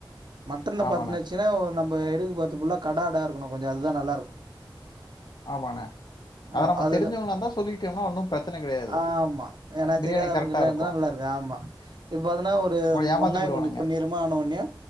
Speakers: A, on the right; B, on the left.
A: மட்டன்
B: ஆமாண்ணே,
A: பாத்தன்னச்சுனா நம் இப்ப எடுக்கபோது ஃபுல்லா கட ஆடா இருக்கணு கொஞ்ச அதுதா நல்லாருக்கு
B: ஆமாண்ண அத
A: ஆ
B: நம்ம
A: அதுதா
B: தெரிஞ்சவங்களாந்தா சொல்லிடேம்னா ஒன்னு பிரச்சன கிடையாது
A: ஆமா ஏன்னா
B: பிரியாணி
A: தெரியாத ஆளுங்கல்லா
B: கரெக்டா இருக்கு
A: இருந்தா நல்லா ஆமா இப்ப பாத்தன்னா ஒரு
B: ஏமாத்தி
A: வெங்காயோ
B: புடுவானுங்க.
A: கொஞ்ச பொன்னிறமா ஆனோன்னே